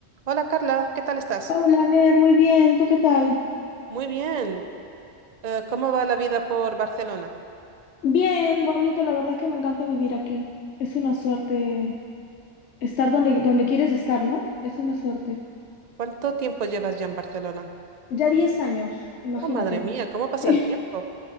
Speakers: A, on the right (about 45°); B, on the left (about 80°).
A: Hola Carla, ¿qué tal estás?
B: Hola, Ner, muy bien. ¿Tú qué tal?
A: Muy bien. Eh, ¿cómo va la vida por Barcelona?
B: Bien, bonito. La verdad es que me encanta vivir aquí. Es una suerte estar donde, donde quieres estar, ¿no? Es una suerte.
A: ¿Cuánto tiempo llevas ya en Barcelona?
B: Ya 10 años, imagínate.
A: Oh, madre mía, ¿cómo pasa
B: <laughs>
A: el tiempo?